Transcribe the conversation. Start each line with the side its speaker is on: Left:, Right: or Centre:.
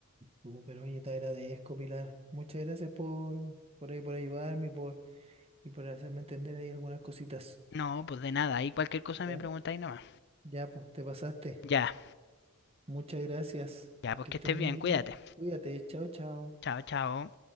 Right: Uh, pero oye, te agradezco, Pilar. Muchas gracias por, por ahí, por ayudarme y por, y por hacerme entender ahí algunas cositas.
Left: No, pues de nada, ahí cualquier cosa
Right: Ya,
Left: me preguntáis nomás.
Right: ya, pues te pasaste.
Left: Ya,
Right: Muchas gracias.
Left: ya, pues
Right: Que
Left: que
Right: estés
Left: estés
Right: muy
Left: bien,
Right: bien.
Left: cuídate.
Right: Cuídate. Chao, chao.
Left: Chao, chao.